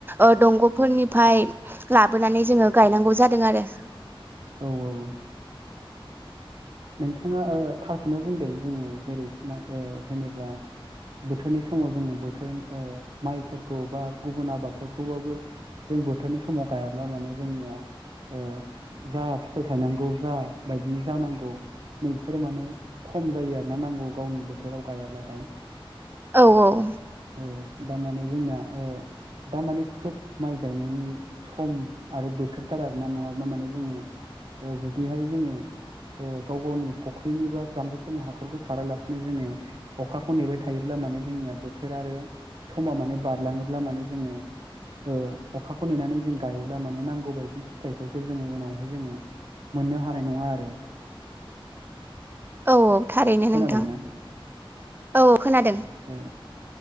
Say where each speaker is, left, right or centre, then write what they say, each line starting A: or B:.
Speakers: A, on the right (about 20°); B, on the right (about 60°).
A: ओ दंग'फोरनिफ्राय लाबोनानै जोङो गायनांगौ जादों। आरो
B: औ औ नोंथाङा ओ थारखौनो बुंदों जोङो जेरैखि ओ जेनेबा बोथोरनि समाव जोङो बोथोर ओ माइफोरखौ बा गुबुन आबादफोरखौबाबो जों बोथोरनि समाव गायाब्ला माने जोंनिया ओ जा फिथाइ थायनांगौ जा बायदि जानांगौ नैफोरो माने खम जायो आरोना नांगौ गावनि बोथोराव गायाब्लाथाय
A: औ औ
B: औ दा माने जोंना ओ दामाने खोब माइ गायनायनि सम आरो बोथोरथार आरोना नङाबा माने जोङो ओ जुदिहाय जोङो ओ गाव गावनि फुख्रिनि बा जाम्फैफोरनि हाखरखौ सारालासिनो जोङो अखाखौ नेबाय थायोब्ला माने जोंनिया बोथोर आरो समा माने बारलाङोब्ला माने जोङो ओ अखाखौ नेनानै जों गायोब्ला माने नांगौ बायदि फिथाइफोरखौ जोङो उनावहाय जोङो मोननो हानाय नङा आरो
A: औ औ थारैनो
B: खोनादोंना
A: नोंथां औ औ खोनादों
B: ए